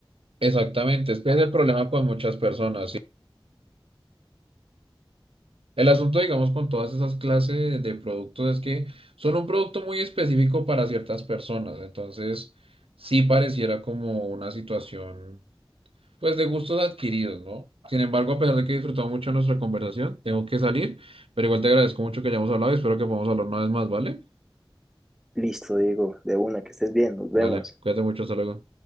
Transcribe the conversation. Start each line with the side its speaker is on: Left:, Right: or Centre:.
Right: Exactamente, es que es el problema con muchas personas, ¿sí? El asunto, digamos, con todas esas clases de productos es que son un producto muy específico para ciertas personas, entonces sí pareciera como una situación, pues, de gustos adquiridos, ¿no? Sin embargo, a pesar de que he disfrutado mucho nuestra conversación, tengo que salir, pero igual te agradezco mucho que hayamos hablado y espero que podamos hablar una vez más, ¿vale?
Centre: Listo, Diego, de una, que estés bien, nos vemos.
Right: Vale, cuídate mucho, hasta luego.